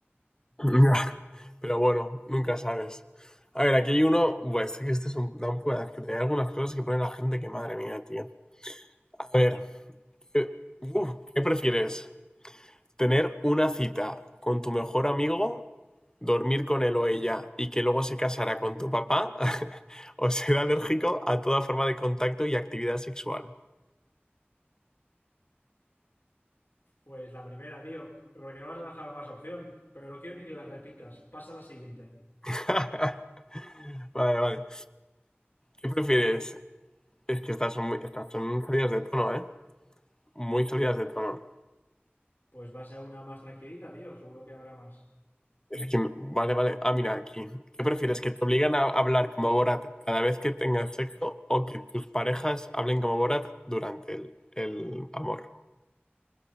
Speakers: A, on the left; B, on the left.
A: <laughs> Pero bueno, nunca sabes. A ver, aquí hay uno, pues que este es un da un pueda- que te hay algunas cosas que pone la gente que madre mía, tío. A ver, eh, uf, ¿qué prefieres? Tener una cita con tu mejor amigo, dormir con él o ella y que luego se casará con tu papá <laughs> o ser alérgico a toda forma de contacto y actividad sexual.
B: Pues la primera, tío. Pero porque no vas a dejar más opción. Pero no quiero ni que la repitas. Pasa a la siguiente.
A: <laughs> Vale, vale. ¿Qué prefieres? Es que estas son, muy, estas son salidas de tono, ¿eh? Muy salidas de tono.
B: Pues va a ser una más tranquilita, tío. Seguro que habrá más.
A: Es que, vale, vale. Ah, mira, aquí. ¿Qué prefieres? ¿Que te obligan a hablar como Borat cada vez que tengas sexo o que tus parejas hablen como Borat durante el, el amor?